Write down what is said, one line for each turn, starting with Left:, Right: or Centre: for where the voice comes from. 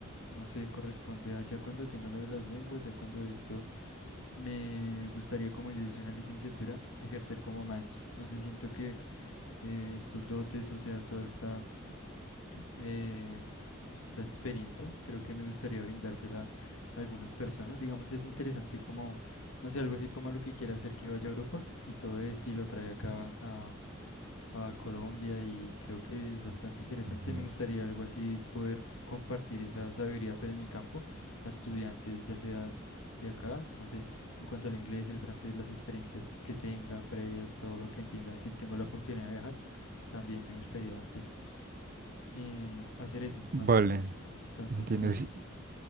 Left: no sé, corresponde a ya cuando tenga lo de las lenguas, ya cuando esto, me gustaría, como yo hice una licenciatura, ejercer como maestro. No sé, siento que eh, estos dotes, o sea, toda esta, eh, esta experiencia. Creo que me gustaría brindársela a algunas personas. Digamos, es interesante como, no sé, algo así como lo que quiere hacer que vaya a Europa y todo esto y lo trae acá a, a Colombia y creo que es bastante interesante.
Right: Ujú.
Left: Me gustaría algo así poder compartir esa sabiduría, pero en mi campo, a estudiantes, ya sea de acá, no sé, en cuanto al inglés, el francés, las experiencias que tenga previas, todo lo que entienda, si tengo la oportunidad de viajar, también me gustaría pues eh, hacer eso, más
Right: Vale,
Left: o menos. Entonces,
Right: entiendo,
Left: sí,
Right: sí,